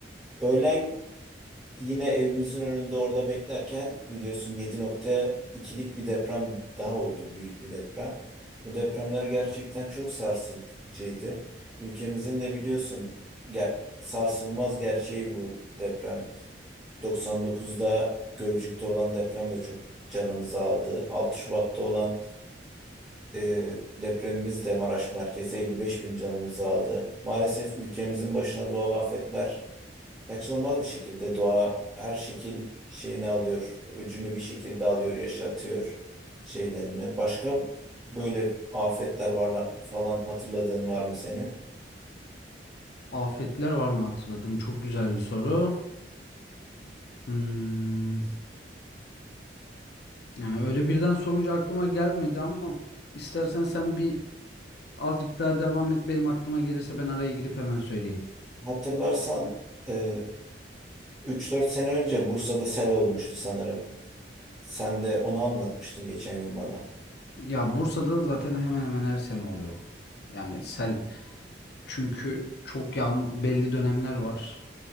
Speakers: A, on the right; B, on the left.
A: Öğlen Yine evimizin önünde orada beklerken biliyorsun 7.2'lik bir deprem daha oldu, büyük bir deprem. Bu depremler gerçekten çok sarsıcıydı. Ülkemizin de biliyorsun ge- sarsılmaz gerçeği bu deprem. 99'da Gölcük'te olan deprem de çok canımızı aldı. 6 Şubat'ta olan e, depremimiz de Maraş merkezi 55 bin canımızı aldı. Maalesef ülkemizin başına doğal afetler kaçınılmaz bir şekilde doğa her şekil şeyini alıyor, öcünü bir şekilde alıyor, yaşatıyor şeylerini. Başka böyle afetler var falan hatırladığın var mı senin?
B: Afetler var mı hatırladım. Çok güzel bir soru. Hmm, yani öyle birden sorunca aklıma gelmedi ama istersen sen bir azıcık daha devam et. Benim aklıma gelirse ben araya girip hemen söyleyeyim.
A: Hatırlarsan e, 3-4 sene önce Bursa'da sel olmuştu sanırım. Sen de onu anlatmıştın geçen gün bana.
B: Ya Bursa'da zaten hemen hemen her sene oluyor. Yani sel çünkü çok yağmur belli dönemler var.